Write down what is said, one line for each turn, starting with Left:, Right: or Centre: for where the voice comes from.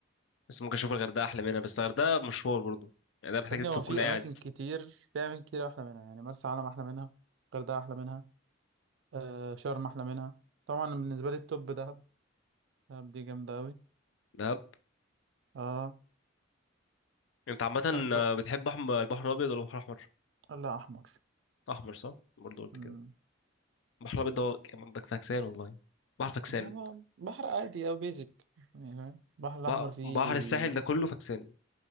Left: بس ممكن اشوف الغردقه احلى منها بس الغردقه مشوار برضو يعني ده محتاج
Right: يا ابني
Left: انت
Right: هو
Left: تكون
Right: في
Left: قاعد
Right: أماكن كتير في أماكن كتير أحلى منها يعني مرسى علم أحلى منها الغردقة أحلى منها آه شرم أحلى منها طبعا بالنسبة لي التوب دهب دهب دي جامدة أوي
Left: دهب
Right: اه
Left: انت عامه
Right: رحت
Left: بتحب احمر البحر الابيض ولا البحر الاحمر
Right: لا احمر
Left: احمر صح برضو قلت
Right: امم
Left: كده بحر الأبيض ده منطق فاكسان والله بحر فاكسان
Right: يعني ب- بحر عادي او بيزك يعني فاهم البحر الاحمر
Left: بح-
Right: فيه
Left: بحر الساحل ده كله فاكسان